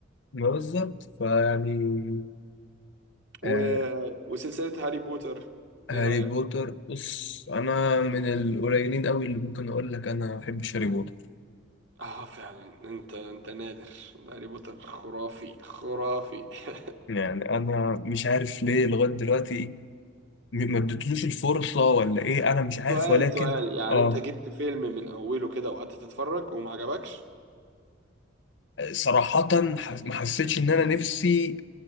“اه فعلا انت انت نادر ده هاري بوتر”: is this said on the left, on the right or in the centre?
Right